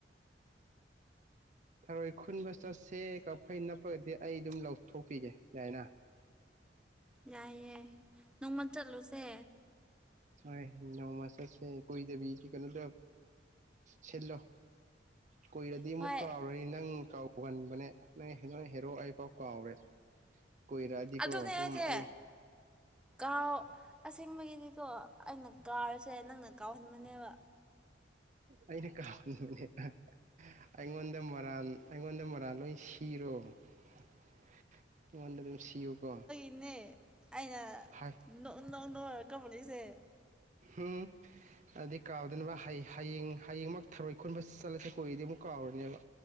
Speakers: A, on the right; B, in the centre.
A: ꯊꯔꯣꯏ ꯈꯨꯟꯕ ꯆꯠꯁꯦ ꯀꯥꯛꯐꯩ ꯅꯞꯄꯒꯗꯤ ꯑꯩ ꯑꯗꯨꯝ ꯂꯧꯊꯣꯛꯄꯤꯒꯦ ꯌꯥꯏꯅ
B: ꯌꯥꯏꯌꯦ ꯅꯣꯡꯃ ꯆꯠꯂꯨꯁꯦ
A: ꯍꯣꯢ ꯅꯣꯡꯃ ꯆꯠꯁꯦ ꯀꯨꯏꯗꯕꯤ ꯀꯩꯅꯣꯗꯣ ꯁꯤꯜꯂꯣ ꯀꯨꯏꯔꯗꯤ
B: ꯍꯣꯏ
A: ꯑꯃꯨꯛ ꯀꯥꯎꯔꯅꯤ ꯅꯪ ꯀꯥꯎꯒꯟꯕꯅꯦ ꯅꯪ ꯅꯣꯏ ꯍꯦꯔꯣ ꯑꯩ ꯐꯥꯎ ꯀꯥꯎꯔꯦ ꯀꯨꯏꯔꯛꯑꯗꯤꯀꯣ
B: ꯑꯗꯨꯅꯦ
A: ꯑꯗꯨꯝ
B: ꯍꯥꯏꯁꯦ
A: ꯑꯩ
B: ꯀꯥꯎ ꯑꯁꯦꯡꯕꯒꯤꯅꯤꯀꯣ ꯑꯩꯅ ꯀꯥꯎꯔꯤꯁꯦ ꯅꯪꯅ ꯀꯥꯎꯍꯟꯕꯅꯦꯕ
A: ꯑꯩꯅ ꯀꯥꯎꯍꯟꯕꯅꯦꯕ ꯑꯩꯉꯣꯟꯗ ꯃꯔꯥꯟ ꯑꯩꯉꯣꯟꯗ ꯃꯔꯥꯟ ꯂꯣꯏ ꯁꯤꯔꯣ ꯑꯩꯉꯣꯟꯗ ꯑꯗꯨꯝ ꯁꯤꯌꯨꯀꯣ
B: ꯏꯅꯦ ꯑꯩꯅ
A: ꯍꯥꯏ
B: ꯅꯣꯛ ꯅꯧꯔ ꯀꯃꯅꯤꯁꯦ <inaudible>
A: ꯑꯝ <inaudible> ꯑꯗꯨꯗꯤ ꯀꯥꯎꯗꯅꯕ ꯍꯌꯦꯡ ꯍꯌꯦꯡꯃꯛ ꯊꯔꯣꯏ ꯈꯨꯟꯕ ꯆꯠꯂꯁꯦ ꯀꯨꯏꯔꯗꯤ ꯑꯃꯨꯛ ꯀꯥꯎꯔꯅꯦꯕ